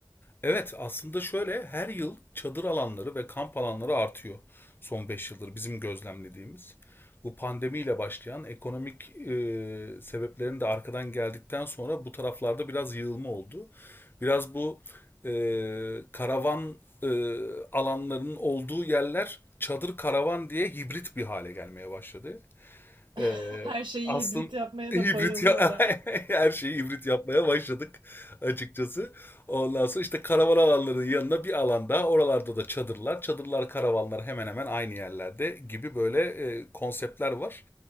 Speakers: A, on the left; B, on the right.
A: Evet, aslında şöyle her yıl çadır alanları ve kamp alanları artıyor son 5 yıldır bizim gözlemlediğimiz. Bu pandemiyle başlayan ekonomik e, sebeplerin de arkadan geldikten sonra bu taraflarda biraz yığılma oldu. Biraz bu e, karavan e, alanlarının olduğu yerler çadır karavan diye hibrit bir hale gelmeye başladı. Eee,
B: <laughs> her şeyi
A: aslın
B: hibrit yapmaya
A: hibrit
B: da bayılıyorlar.
A: ya <laughs> her şeyi hibrit yapmaya başladık açıkçası. Ondan sonra işte karavan alanlarının yanına bir alanda oralarda da çadırlar. Çadırlar, karavanlar hemen hemen aynı yerlerde gibi böyle e, konseptler var.